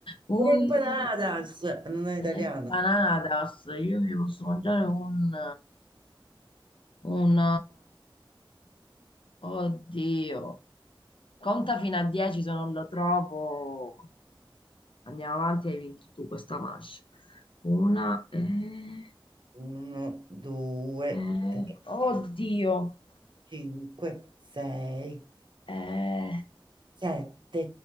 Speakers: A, on the left; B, on the right.
A: Un...
B: Una empanadas, non è italiana.
A: Un'empanadas. Io mi posso mangiare un... Un... Oddio. Conta fino a 10 se non lo trovo. Andiamo avanti, hai vinto tu questa manche. Una... Eh,
B: Uno, due,
A: eh,
B: tre,
A: Oddio.
B: cinque, sei,
A: Eh,
B: sette,